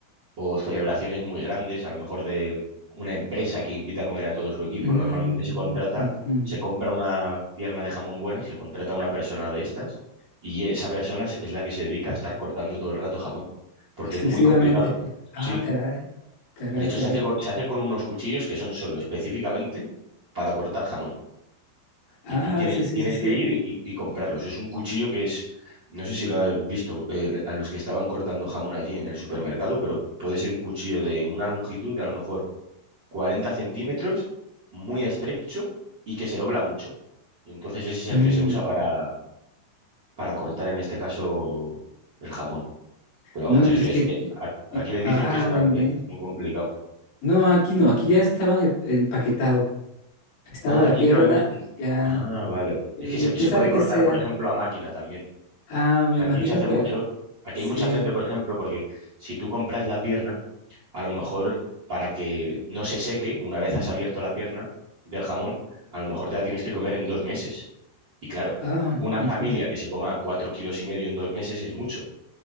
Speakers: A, on the right; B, on the left.
A: o celebraciones muy grandes, a lo mejor de una empresa que invita a comer a todo su equipo,
B: ujú,
A: normalmente se contrata,
B: ujú.
A: se compra una pierna de jamón buena y se contrata a una persona de estas y esa persona es, es la que se dedica a estar cortando todo el rato jamón, porque
B: Exclusivamente.
A: es muy complicado.
B: Ah,
A: Sí,
B: caray. Caray,
A: de hecho
B: caray.
A: se hace con, se hace con unos cuchillos que son solo específicamente para cortar jamón
B: Ah,
A: y tú tienes
B: sí,
A: que,
B: sí,
A: tienes
B: sí, sí.
A: que ir y, y comprarlos. Es un cuchillo que es, no sé si lo has visto, eh, a los que estaban cortando jamón allí en el supermercado, pero puede ser un cuchillo de una longitud de a lo mejor 40 centímetros, muy estrecho y que se dobla mucho. Y entonces ese es el
B: Mm.
A: que se usa para, para cortar en este caso el jamón. Pero
B: No,
A: vamos,
B: ni
A: eso
B: siquiera-
A: es, eh, a-
B: eh,
A: aquí le
B: Ah,
A: dicen que es un
B: bien,
A: arte,
B: bien.
A: ¿eh? Muy complicado.
B: No, aquí no, aquí ya estaban el, el empaquetado. Estaba
A: Ah,
B: la
A: aquí
B: pierna
A: no, no es-
B: y ya.
A: Ah, vale.
B: Sí,
A: Es que se,
B: quién
A: se
B: sabe
A: puede
B: qué
A: cortar,
B: sea.
A: por ejemplo, a máquina también.
B: Ah, me
A: O sea,
B: imagino
A: aquí se hace
B: que
A: mucho. Aquí
B: sí.
A: hay mucha gente, por ejemplo, porque si tú compras la pierna, a lo mejor para que no se seque, una vez has abierto la pierna del jamón, a lo mejor te la tienes que comer en dos meses. Y claro,
B: Ah,
A: una
B: ujú.
A: familia que se coma cuatro kilos y medio en dos meses es mucho.